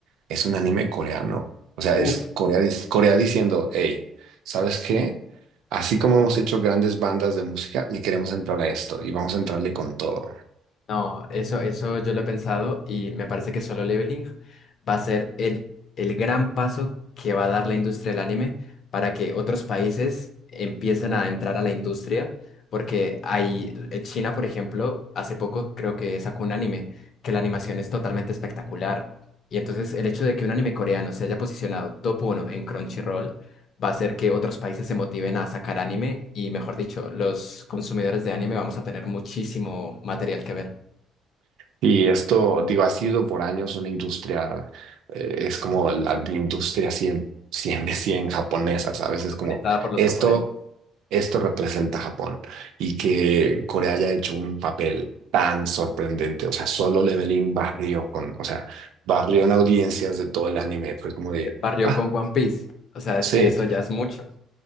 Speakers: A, on the right; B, on the left.
A: es un anime coreano. O sea, es
B: Uf,
A: Corea, dis- Corea diciendo, hey, ¿sabes qué? Así como hemos hecho grandes bandas de música, le queremos entrar a esto y vamos a entrarle con todo.
B: No, eso, eso yo lo he pensado y me parece que solo leveling va a ser el, el gran paso que va a dar la industria del anime para que otros países empiecen a entrar a la industria, porque hay, eh, China, por ejemplo, hace poco creo que sacó un anime que la animación es totalmente espectacular. Y entonces el hecho de que un anime coreano se haya posicionado top uno en Crunchyroll va a hacer que otros países se motiven a sacar anime y, mejor dicho, los consumidores de anime vamos a tener muchísimo material que ver.
A: Y esto, digo, ha sido por años una industria, eh, es como la industria 100 100 de 100 japonesa, ¿sabes? Es
B: japonizada
A: como
B: por los
A: esto.
B: japoneses,
A: esto representa a Japón y que Corea haya hecho un papel tan sorprendente. O sea, Solo Leveling barrió con, o sea, barrió en audiencias de todo el anime. Fue como de,
B: que barrió
A: ah,
B: con One Piece. O sea,
A: sí.
B: es que eso ya es mucho.